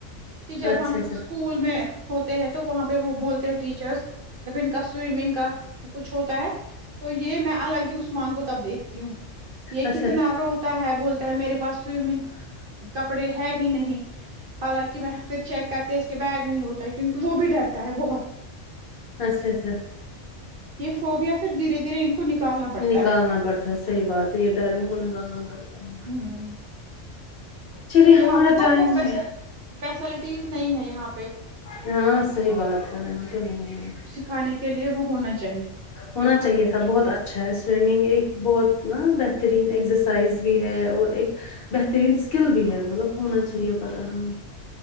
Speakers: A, on the right (about 60°); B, on the left (about 55°).
A: کہ جب
B: اچھا
A: ہم
B: اچھا
A: اسکو اسکول میں ہوتے ہیں تو وہاں پہ وہ بولتے ہیں ٹیچرس جب ان کا سوئمنگ کا کچھ ہوتا ہے تو یہ میں الگ ہی عثمان کو تب دیکھتی ہوں یہ
B: اچھا
A: کتنا روتا ہے بولتا ہے میرے پاس سویمنگ کپڑے ہے ہی نہیں حالانکہ میں پھر چیک کرتے اس کے بیگ میں ہی ہوتا ہے کیونکہ وہ بھی ڈرتا ہے بہت
B: اچھا اچھا
A: یہ فوبیا پھر دھیرے دھیرے ان کو نکالنا پڑتا
B: نکالنا
A: ہے
B: پڑتا ہے صحیح بات ہے یہ ڈر ان کو نکالنا پڑتا ہے
A: ہوں
B: چلیے
A: یہاں
B: ہمارا
A: پے
B: ٹائم
A: <unintelligible>
B: بھی
A: فیسلٹیز نہیں ہے یہاں پہ
B: ہاں صحیح بات ہے وہ تو نہیں ہے
A: کھانے کے لیے وہ ہونا چاہیے
B: ہونا چاہیے تھا بہت اچھا ہے سوئمنگ ایک بہت نا بہترین ایکزر سائز بھی ہے اور ایک بہترین اسکل بھی ہے مطلب ہونا چاہیے پتہ ہمیں